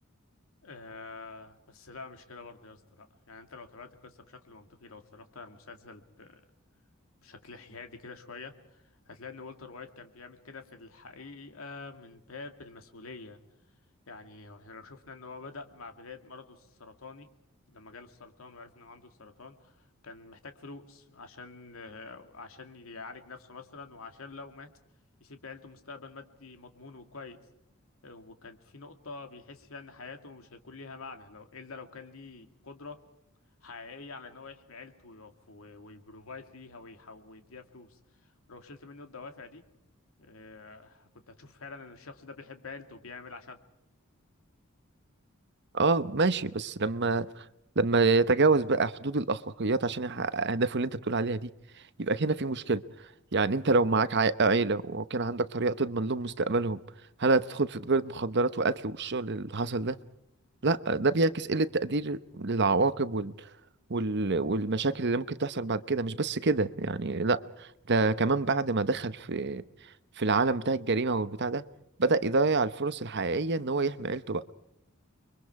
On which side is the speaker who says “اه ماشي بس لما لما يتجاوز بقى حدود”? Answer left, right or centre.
Right